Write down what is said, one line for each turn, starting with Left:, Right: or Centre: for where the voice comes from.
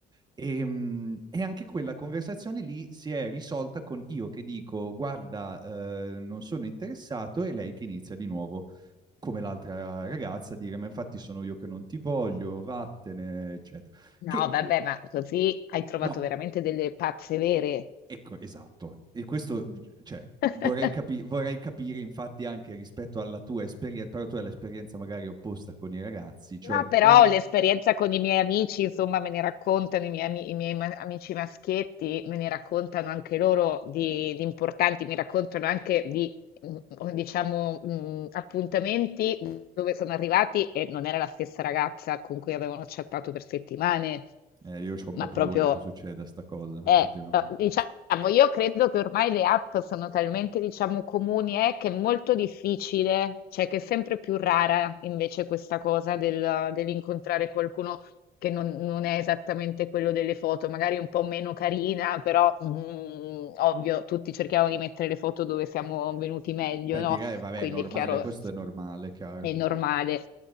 Right: E, mm, e anche quella conversazione lì si è risolta con io che dico, guarda, eh, non sono interessato, e lei che inizia di nuovo come l'altra ragazza, a dire ma infatti sono io che non ti voglio, vattene, eccetera.
Left: No,
Right: Che
Left: vabbè, ma così hai trovato
Right: no,
Left: veramente delle pazze vere.
Right: ecco, esatto. E questo, cioè,
Left: <laughs>
Right: vorrei, capi- vorrei capire infatti anche rispetto alla tua esperienza, però tu hai l'esperienza magari opposta con i ragazzi, cioè
Left: No, però
Right: qua,
Left: l'esperienza con i miei amici, insomma, me ne raccontano i miei, ami- i miei ma- amici maschietti, me ne raccontano anche loro di, di importanti, mi raccontano anche di Mhmm, o diciamo, mhmm, appuntamenti dove sono arrivati e non era la stessa ragazza con cui avevano chattato per settimane,
Right: eh, io ho un po'
Left: ma
Right: paura
Left: proprio
Right: che succeda sta cosa,
Left: eh,
Right: effettivamente.
Left: uhm, diciamo io credo che ormai le app sono talmente, diciamo, comuni, eh, che è molto difficile, cioè che è sempre più rara invece questa cosa del dell'incontrare qualcuno che non non è esattamente quello delle foto, magari un po' meno carina, però, mhmm, ovvio tutti cerchiamo di mettere le foto dove siamo venuti meglio,
Right: Beh,
Left: no,
Right: direi, vabbè,
Left: quindi
Right: è normale,
Left: è chiaro
Right: questo è normale, chiaro.
Left: è normale.